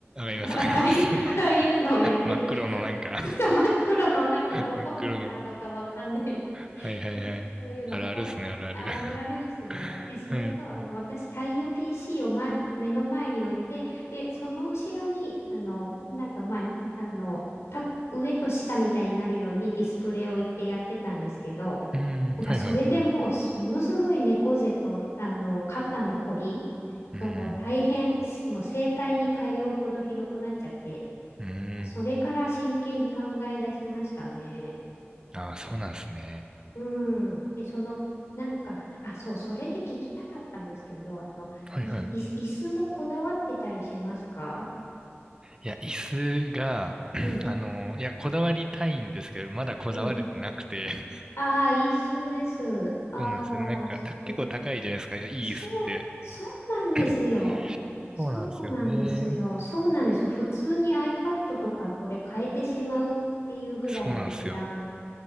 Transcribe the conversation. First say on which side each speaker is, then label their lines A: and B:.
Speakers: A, on the right (about 15°); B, on the left (about 85°).
A: かりますわかります。
B: ああいう、<laughs> ああいうのをやってて、
A: <laughs> 真っ黒のなんか
B: ずっと真っ黒のなんかどこのブランドかわかんない
A: <laughs> 真っ黒の。
B: <laughs>
A: はいはいはい。
B: そういうのと、
A: あるあるですね、あるある。
B: あるあるですね。
A: <laughs>
B: で、それと、
A: はい。
B: あの、私、太陽 PC を、ま、目の前に置いて、で、その後ろに、あの、なんか、まあ、あの、た、上と下みたいになるようにディスプレイを置いてやってたんですけど、
A: うん、
B: なんかそれでもうものすごい猫背と、
A: はいはい。
B: あの、肩のこり
A: うん、
B: がもう大変、もう整体に通うほどひどくなっちゃって、
A: うん。
B: まあそれから真剣に考え出しましたね。
A: ああ、そうなんですね。
B: うん。え、その、なんか、あ、そう、それで聞きたかったんですけど、あの、
A: はいはい。
B: い、い、椅子もこだわってたりしますか
A: いや、椅子が、<clears throat>
B: うん、
A: あの、いや、こだわりたいんですけど、まだこだわれてなくて。
B: うん。
A: <laughs>
B: ああ、一緒です。ああ、
A: そうなんですよ。なんか、た結構高いじゃないですか。
B: そう
A: いや、いい椅子って。
B: そう、そうなんですよ。
A: <clears throat>
B: そうなんですよ。
A: そうなんですよね。
B: そうなんですよ。普通に iPad とかこれ変えてしまうっていうぐらいの値段。
A: そうなんですよ。